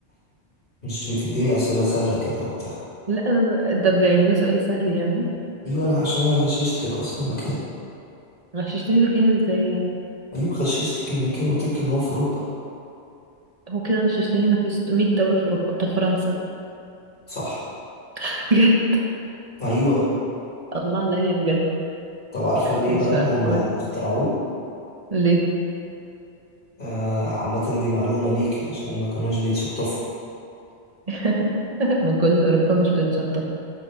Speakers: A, on the left (about 45°); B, on the right (about 35°).
A: مش بتديني اسئله سهله كده وبتاع
B: لا انا ب... ده يعني ده سؤال سهل يعني
A: ايوه انا عشان انا غششتك اصلا مكان
B: غششتني مكان ازاي يعني
A: ايوه غششتك المكان وقلتلك ان هو في اوروبا
B: هو كده غششتني ما في 600 دولة في اوروبا طب فرنسا
A: صح
B: <laughs> بجد
A: ايوه
B: الله عليا بجد
A: طب عارفه ليه
B: مش
A: بقى
B: معقول
A: هما اخترعوه
B: ليه
A: آه، عامة دي معلومة ليك عشان ما كانوش بيتشطفوا
B: <laughs> ما كل اوروبا مش بتتشطب